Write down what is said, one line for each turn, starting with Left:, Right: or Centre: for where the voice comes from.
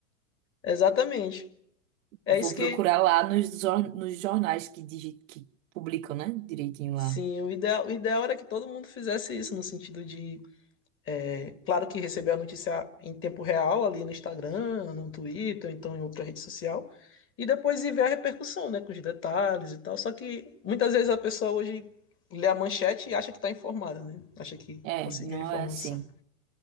Left: Exatamente. É
Right: vou
Left: isso
Right: procurar
Left: que...
Right: lá nos, jor- nos jornais que, digi- que publicam, né? Direitinho
Left: Sim,
Right: lá.
Left: o ideal, o ideal era que todo mundo fizesse isso, no sentido de É, claro que recebeu a notícia em tempo real ali no Instagram, no Twitter, ou então em outra rede social. E depois ir ver a repercussão, né? Com os detalhes e tal. Só que muitas vezes a pessoa hoje lê a manchete e acha que está informada, né? Acha que
Right: É,
Left: conseguiu
Right: não
Left: a informação.
Right: é assim.